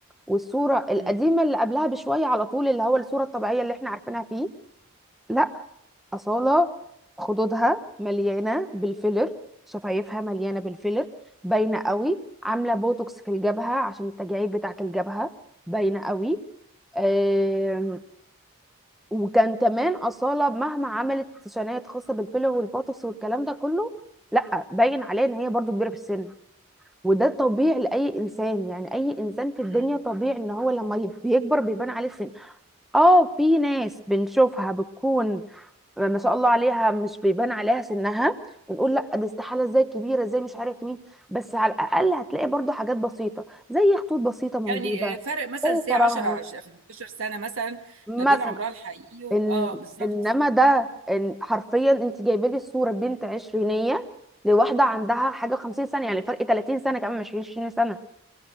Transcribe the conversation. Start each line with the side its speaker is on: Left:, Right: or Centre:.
Centre: والصوره القديمه
Right: مم.
Centre: اللي قبلها بشويه على طول اللي هو الصوره الطبيعيه اللي احنا عارفينها فيه لا أصالة خدودها مليانة بالفيلر شفايفها مليانة بالفيلر باينة قوي عاملة بوتوكس في الجبهة عشان التجاعيد بتاعة الجبهة باينة قوي آم، وكان كمان أصالة مهما عملت سيشنات خاصة بالفيلر والبوتوكس والكلام ده كله لا باين عليها ان هي برضو كبيرة في السن وده طبيعي لأي إنسان يعني أي إنسان في
Right: مم.
Centre: الدنيا طبيعي ان هو لما ي- بيكبر بيبان عليه السن اه في ناس بنشوفها بتكون ما شاء الله عليها مش بيبان عليها سنها بنقول لا دي استحاله ازاي كبيره ازاي مش عارف مين بس على الاقل هتلاقي برضو حاجات بسيطه زي خطوط بسيطه موجوده
Right: يعني آه، فرق مثلا
Centre: زي
Right: ساعة
Centre: ترهل
Right: 10 15 سنة مثلا
Centre: مثلا
Right: ما بين عمرها الحقيقي و-
Centre: إن
Right: اه بالظبط
Centre: انما ده إن حرفيا انت جايبه لي صوره بنت عشرينيه لواحده عندها حاجه 50 سنه يعني فرق 30 سنه كمان مش 20 سنه